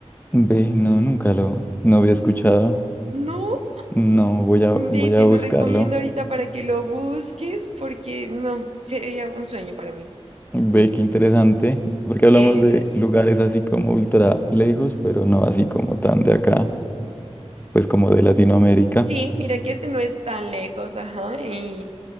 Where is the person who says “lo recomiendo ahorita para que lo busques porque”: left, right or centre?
Right